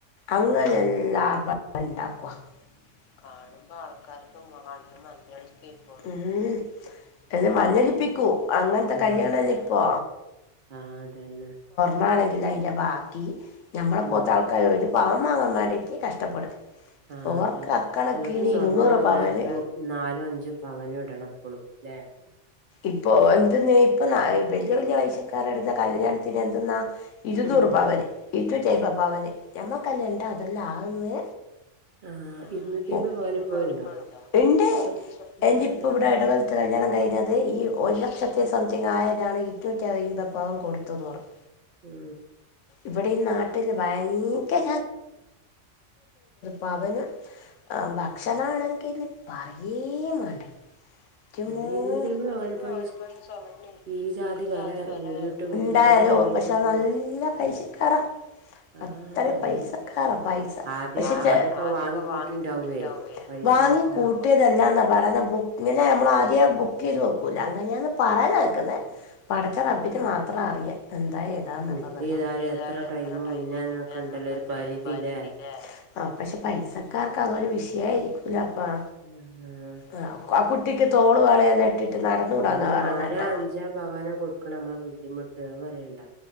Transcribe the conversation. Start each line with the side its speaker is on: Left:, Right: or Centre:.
Left: അങ്ങനെയെല്ലാ
Right: ആ
Left: ആ ഉണ്ടാക്കുക കാണുമ്പോ ആൾക്കാർക്ക് കണ്ണ് മഞ്ഞളിക്കെ <unintelligible> എന്ന് മഞ്ഞളിപ്പിക്കൂ അങ്ങനത്തെ
Right: ആ
Left: കല്യാണല്ലേ ഇപ്പൊ
Right: ആ അതന്നെ
Left: നമ്മളാണെങ്കില് അതിൻ്റെ ബാക്കി നമ്മളെ
Right: ഉം
Left: പോലത്തെ ആൾക്ക് ഒരു പാവൻ വാങ്ങാൻ വേണ്ടിയിട്ട് കഷ്ടപ്പെടും
Right: ആ
Left: ഓർക്ക്
Right: അതന്നെ
Left: അക്കണക്കിന്
Right: ഇങ്ങോട്ടും സ്വർണം
Left: ഇരുന്നൂറ്
Right: എല്ലാർക്കും
Left: പവന്
Right: നാലും അഞ്ചും പവനും ഇടണം എപ്പഴും ല്ലേ
Left: ഇപ്പോൾ എന്തെന്ന് ഇപ്പം വലിയ വലിയ വയസ്സക്കാർ ഇടുന്ന കല്യാണത്തിന് എന്തെന്നാ ഇരുന്നൂറ്
Right: ഉം
Left: പവന് ഇരൂറ്റയമ്പത് പവന് ഞമ്മക്കല്ല ഇണ്ടാ അതെല്ല ആന്ന്
Right: ആഹ്
Left: ആ
Right: ഇരുന്നൂറ്റിയമ്പത്
Left: ഇരുനൂറ്റിയമ്പത്
Right: പവന് ഇപ്പഴും
Left: പവൻ ഇപ്പോഴും ഉണ്ടോ? ഇണ്ട്
Right: സൊ ആഹ്
Left: എൻ്റെ ഇപ്പ ഇവിടെ ഇടവക കല്യാണം കഴിഞ്ഞത് ഈ ഒരു ലക്ഷത്തി സംതിങ് ആയതാണ് ഏറ്റ ഞാൻ ഇന്ത പവൻ കൊടുത്തുന്ന് പറഞ്ഞു
Right: ഉം
Left: ഇവിടെ ഈ നാട്ടിൽ ഭയങ്ക പവനും <unintelligible> ആ
Right: ആഹ്
Left: ഭക്ഷണ
Right: ആഹ്
Left: ആണെങ്കില് പറയേമം വേണ്ടേ എൻ്റമോ
Right: തന്നെ ഇരുന്നൂറ്റിയമ്പത്
Left: ഇരുനൂറ്റി
Right: പവന്
Left: അമ്പത്
Right: ഇപ്പൊ
Left: പവനോ ഈ സ്വർണ്ണത്തിന്
Right: ഈ ജാതി
Left: ഉണ്ടാക്കിയതോ
Right: വെല
Left: അല്ലെ
Right: കൂടിയിട്ടും
Left: ഉണ്ടായാലോ
Right: ഇരുന്നൂറ്റിയമ്പത് പവന്
Left: പക്ഷെ
Right: കൊടുക്ക്ണ്
Left: നല്ല പേസ്‌കാര
Right: ആഹ്
Left: അത്രയും
Right: അതാണ്
Left: പൈസ കരാ പൈസ
Right: ആദ്യം
Left: പക്ഷേ ചെ
Right: ആദ്യൊക്കെ
Left: ആത്പ്പം
Right: വാങ്ങി കൂട്ടിണ്ടാവേ
Left: വാങ്ങിക്കൂട്ടിണ്ടാവേ
Right: പൈസ
Left: വാങ്ങി
Right: കൊ
Left: കൂട്ടിയതല്ലാെന്നാ പറയുന്നത് ബുക്കന് ഇങ്ങനെ നമ്മളാദ്യം ബുക്ക് ചെയ്ത് വെക്കൂല അങ്ങനെയാണ് പറയാന കേക്കുന്ന പടച്ച
Right: ആഹ്
Left: റബിന് മാത്രം അറിയാം ഏതാന്ന്
Right: ബുക്കെയ്താല്
Left: അള്ളാക്കറിയാം ഇതര്
Right: ടൈമ്
Left: എത്ര ടൈമും
Right: മുന്നേന്നൊക്കെ
Left: മുന്നേക്കണ്ടല്ലോ
Right: ഇണ്ടല്ലോ പരിധി
Left: ഒരു പരിധില്ലേ
Right: ല്ലേ
Left: പക്ഷെ പൈസക്കാർക്ക്
Right: ഉം
Left: അതൊരു വിഷ ശരിക്കലപ്പാ
Right: ആഹ്
Left: ആ ആ കുട്ടിക്ക് തോള് വളയെ യിട്ട് നടന്നൂടാന്ന
Right: ഒരു
Left: പറന്നത്
Right: നാലോ
Left: കേട്ടാ
Right: അഞ്ചോ പവനോ കൊടുക്കണം നമ്മളെ ബുദ്ധിമുട്ട് അത് പറയണ്ട